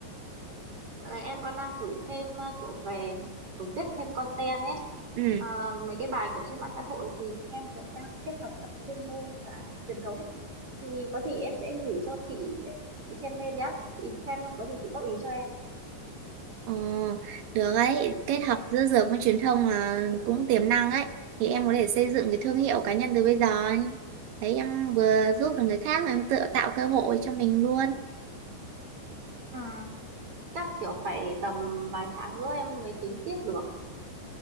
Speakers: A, on the right; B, on the right.
A: Dạo này em còn đang thử thêm ờ, kiểu về kiểu viết thêm content ấy
B: ừ
A: Ờ, mấy cái bài kiểu trên mạng xã hội thì em kiểu đang kết hợp cả chuyên môn cả truyền thống thì có gì em sẽ gửi cho chị để chị xem thêm nhá chị xem không có gì chị góp ý cho em
B: Ờ, được ấy, kết hợp giữa dược với truyền thông là cũng tiềm năng ấy. Thì em có thể xây dựng cái thương hiệu cá nhân từ bây giờ ấy. Thấy em vừa giúp được người khác mà em tự tạo cơ hội cho mình luôn.
A: à, chắc kiểu phải tầm vài tháng nữa em mới tính tiếp được